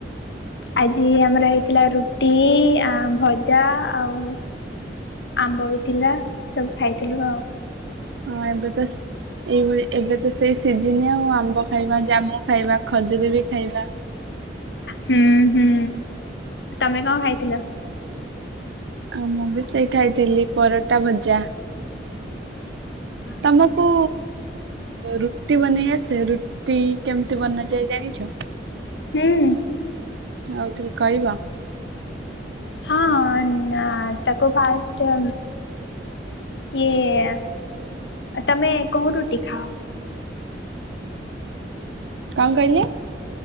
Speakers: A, on the left; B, on the right.
A: ଆଜି ଆମର ହେଇଥିଲା ରୁଟି ଆ ଭଜା ଆଉ ଆମ୍ବ ବି ଥିଲା ଏସବୁ ଖାଇଥିଲୁ ଆଉ।
B: ହଁ ଏବେ ତ ଏଇଭଳି ଏବେ ତ ସେଇ ସିଜିନି ଆଉ ଆମ୍ବ ଖାଇବା ଜାମୁ ଖାଇବା ଖଜୁରୀ ବି ଖାଇବା।
A: ହୁଁ ହୁଁ, ତମେ କଣ ଖାଇଥିଲ?
B: ଆ ମୁଁ ବି ସେଇ ଖାଇଥିଲି ପରଟା, ଭଜା।
A: <unintelligible>
B: ତମକୁ ରୁଟି ବନେଇ ଆସେ ରୁ ତି କେମିତି ବନାଯାଏ ଜାଣିଚ?
A: ହୁଁ
B: ଆଉ ଟିକେ କହିବ?
A: ହଁ ତାକୁ ଫାଷ୍ଟେ ଇଏ ତମେ କୋଉ ରୁଟି ଖାଅ?
B: କଣ କହିଲେ?